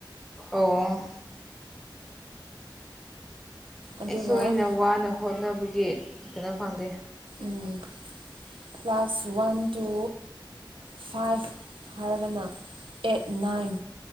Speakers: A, in the centre; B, on the right.
A: ꯑꯣ
B: ꯑꯗꯨꯒ
A: ꯑꯩꯈꯣꯏꯅ ꯋꯥꯅ ꯍꯣꯠꯅꯕꯒꯤ ꯀꯩꯅꯣ ꯐꯪꯗꯦ
B: ꯎꯝ ꯀ꯭ꯂꯁ ꯋꯥꯟ ꯇꯨ ꯐꯥꯏꯚ ꯍꯥꯏꯔꯒꯅ ꯑꯦꯠ ꯅꯥꯏꯟ